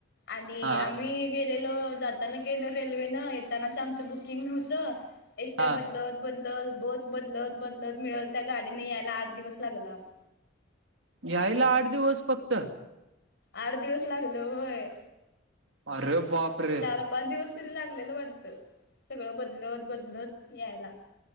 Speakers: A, on the left; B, on the right.
A: आणि
B: हा
A: आम्ही गेलेलो. जाताना गेलो रेल्वेनं, येतानाच आमचं बुकिंग नव्हतं. एसट्या
B: हा.
A: बदलत बदलत बस बदलत बदलत, मिळल त्या गाडीने यायला आठ दिवस लागलं आम्हाला.
B: यायला आठ दिवस फक्त?
A: आठ दिवस लागलं, होय.
B: अरे बापरे!
A: चार पाच दिवस तरी लागलेलं वाटतं. सगळं बदलत बदलत यायला.